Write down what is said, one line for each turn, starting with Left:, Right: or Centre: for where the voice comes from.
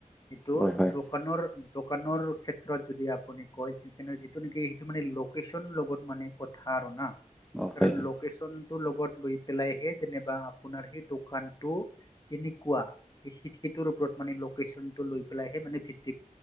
Left: এইটো
Centre: হয় হয়
Left: দোকানৰ দ দ ক্ষেত্ৰত যদি আপু কয় যিটো নে <unintelligible> বহুত মানে কথা আৰু না
Centre: অ
Left: কাৰণ
Centre: হয় হয়
Left: লকেশন লগত লৈ পেলাইহে যেনিবা আপোনাৰ সেই দোকানটো কেনেকুৱা সেইটোৰ ওপৰত মানে লেশচন টো লৈ পেলাইহে মানে ভিত্ত